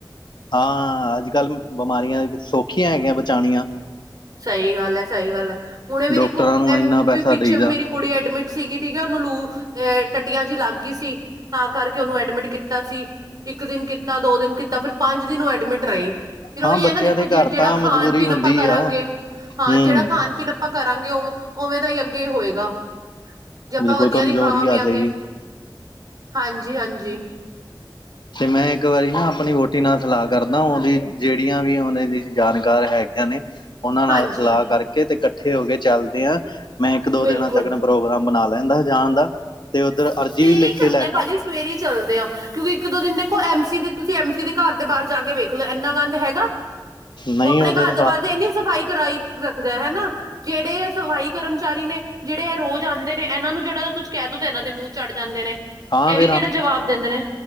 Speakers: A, on the left; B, on the right.
A: ਹਾਂ। ਅੱਜ ਕੱਲ੍ਹ ਬਿਮਾਰੀਆਂ ਸੌਖੀਆਂ ਹੈਗੀਆਂ ਬਚਾਉਣੀਆਂ।
B: ਸਹੀ ਗੱਲ ਹੈ, ਸਹੀ ਗੱਲ ਹੈ। ਹੁਣੇ ਵੀ
A: ਡਾਕਟਰਾਂ
B: ਦੇਖੋ
A: ਨੂੰ ਇੰਨਾ
B: ਵੀ
A: ਪੈਸਾ
B: ਪਿੱਛੇ
A: ਦੇਈਦਾ
B: ਵੀ ਮੇਰੀ ਕੁੜੀ ਐਡਮਿਟ ਸੀਗੀ। ਠੀਕ ਉਹਨੂੰ ਲੂ ਅ ਟੱਟੀਆਂ ਜਿਹੀ ਲੱਗ ਗਈ ਸੀ। ਤਾਂ ਕਰਕੇ ਉਹਨੂੰ ਐਡਮਿਟ ਕੀਤਾ ਸੀ। ਇੱਕ ਦਿਨ ਕੀਤਾ, ਦੋ ਦਿਨ ਕੀਤਾ, ਫਿਰ ਪੰਜ ਦਿਨ ਉਹ ਐਡਮਿਟ ਰਹੀ। ਫਿਰ ਉਹੀ
A: ਹਾਂ ਬੱਚਿਆਂ
B: ਹੈ ਨਾ। ਦੇਖੋ,
A: ਦੇ
B: ਜ
A: ਘਰ
B: ਜਿਹੜਾ
A: ਤਾਂ
B: ਖਾਣ
A: ਮਜਬੂਰੀ
B: ਪੀਣ
A: ਹੁੰਦੀ
B: ਆਪਾਂ ਕਰਾਂਗੇ।
A: ਆ
B: ਹਾਂ,
A: ਹੂੰ
B: ਜਿਹੜਾ ਖਾਣ -ਪੀਣ ਆਪਾਂ ਕਰਾਂਗੇ ਉ ਉਵੇਂ ਦਾ ਹੀ ਅੱਗੇ ਹੋਏਗਾ। ਜੇ ਆਪਾਂ
A: ਬਿਲਕੁਲ
B: ਵਧੀਆ
A: ਕਮਜ਼ੋਰੀ
B: ਨਹੀਂ ਖਾਵਾਂ -ਪੀਆਗੇ
A: ਆ ਜਾਏਗੀ
B: ਹਾਂਜੀ ਹਾਂਜੀ।
A: ਤੇ ਮੈਂ ਇੱਕ ਵਾਰੀ ਨਾ ਆਪਣੀ ਵੋਟੀ ਨਾਲ ਸਲਾਹ ਕਰਦਾ ਉਹਦੀ ਜਿਹੜੀਆਂ ਵੀ ਉਹਨਾਂ ਦੀ ਜਾਣਕਾਰ ਹੈਗੀਆਂ ਨੇ ਉਹਨਾਂ
B: ਹਾਂਜੀ
A: ਨਾਲ ਸਲਾਹ ਕਰਕੇ ਤੇ ਇਕੱਠੇ ਹੋ ਕੇ ਚਲਦੇ ਆ। ਮੈਂ ਇੱਕ ਦੋ
B: ਬਿਲਕੁਲ
A: ਦਿਨਾਂ ਤੱਕ ਪ੍ਰੋਗਰਾਮ ਬਣਾ ਲੈਂਦਾ ਹੈ ਜਾਣ ਦਾ। ਤੇ ਉੱਧਰ
B: ਸਵੇਰੇ
A: ਅਰਜ਼ੀ ਵੀ ਲਿਖ
B: ਹੀ ਚੱਲਦੇ
A: ਕੇ ਲੈ
B: ਆ, ਭਾਜੀ
A: ਜਾਂਗੇ
B: ਸਵੇਰੇ ਹੀ ਚੱਲਦੇ ਆ। ਕਿਉਂਕਿ ਇੱਕ -ਦੋ ਦਿਨ ਦੇਖੋ ਐਮ ਸੀ ਦੀ ਤੁਸੀਂ ਐਮ ਸੀ ਦੇ ਘਰ ਦੇ ਬਾਹਰ ਜਾ ਕੇ ਵੇਖ ਲਓ ਇੰਨਾ ਗੰਦ ਹੈਗਾ।
A: ਨਹੀਂ
B: ਉਹ ਆਪਣੇ
A: ਉਹਦੇ
B: ਘਰ ਦੇ
A: ਤਾਂ
B: ਬਾਹਰ ਦੇ ਇੰਨੀ ਸਫ਼ਾਈ ਕਰਾਈ ਰੱਖਦਾ ਹਨਾ। ਜਿਹੜੇ ਸਫਾਈ ਕਰ ਵਿਚਾਰੀ ਨੇ। ਜਿਹੜੇ ਇਹ ਰੋਜ਼ ਆਉਂਦੇ ਨੇ ਇਹਨਾਂ ਨੂੰ ਜਿਹੜਾ ਕੁਝ ਕਹਿ ਦੋ ਤਾਂ ਇਹਨਾਂ ਦੇ ਮੂੰਹ ਚੜ੍ਹ ਜਾਂਦੇ ਨੇ।
A: ਹਾਂ,
B: ਇਹ
A: ਫੇਰ
B: ਵੀ
A: ਹ
B: ਕਿਹੜਾ ਜਵਾਬ ਦਿੰਦੇ ਨੇ